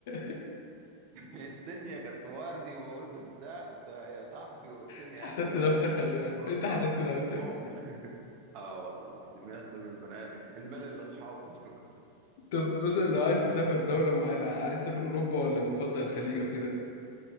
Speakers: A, on the left; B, on the right.
A: <laughs>
B: <laughs> الدنيا كانت وردي وبقول بتزق يا صاحبي والدنيا
A: انت حسدت
B: حلوه
A: نفسك خلي بالك
B: مره
A: انت حسدت
B: واحده
A: نفسك
B: بوم اه والله العظيم يسلم البني المال اللي اصحابه <laughs>
A: طب مثلا لو
B: بس
A: عايز تسافر
B: والله
A: دوله معينه عايز تسافر اوروبا ولا بتفضل الخليج او كده